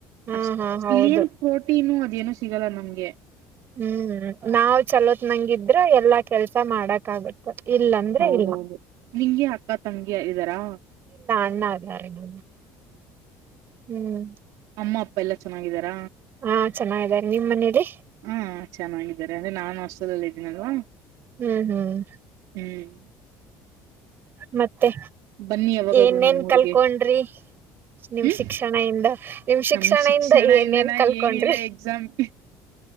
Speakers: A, on the right; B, on the right.
A: ಹಾ
B: ಅಷ್ಟ
A: ಹಾ ಹೌದು
B: ಇಲ್ಲಿ ಏನ ಪ್ರೋಟೀನು ಅ ಏನು ಸಿಗಲ್ಲ ನಮ್ಗೆ
A: ಹ್ಮ್ ನಾವ್ ಚಲೋತ್ ನಂಗಿದ್ರ ಎಲ್ಲಾ ಕೆಲ್ಸಾ ಮಾಡಕ ಆಗುತ್ತ ಇಲ್ಲಾಂದ್ರೆ
B: ಹೌದೌದು
A: ಇಲ್ಲ
B: ನಿಂಗೆ ಅಕ್ಕ ತಂಗಿ ಇದಾರಾ
A: <inaudible> ಯಾರಿಗೆ ಗೊತ್ತ ಹ್ಮ್
B: ಅಮ್ಮ ಅಪ್ಪ ಎಲ್ಲ ಚೆನ್ನಾಗಿದಾರ
A: ಹಾ ಚೆನ್ನಾಗಿದ್ದಾರೆ ನಿಮ್ ಮನೇಲಿ
B: ಹ್ಮ ಹ ಚೆನ್ನಾಗಿದ್ದಾರೆ ಅಂದ್ರೆ ನಾನು <unintelligible> ಏನವಾ
A: ಹ್ಮ್ ಹ್ಮ್
B: ಹ್ಮ್ <inaudible>
A: ಮತ್ತೆ
B: ಬನ್ನಿ ಯಾವಾಗಾದ್ರು
A: ಏನೇನ್
B: ನಮ್ಮೂರ್ಗೆ
A: ಕಲ್ಕೊಂಡ್ರಿ ನಿಮ್
B: ಹ್ಮ್
A: ಶಿಕ್ಷಣ ಇಂದ ನಿಮ್
B: ನಮ್ ಶಿಕ್ಷಣ
A: ಇಂದ ಏನೇನ್
B: ಇಂದನ
A: ಕಲ್ಕೊಂಡ್ರಿ
B: ಏನಿಲ್ಲ ಎಕ್ಸಾಮ್ಗೆ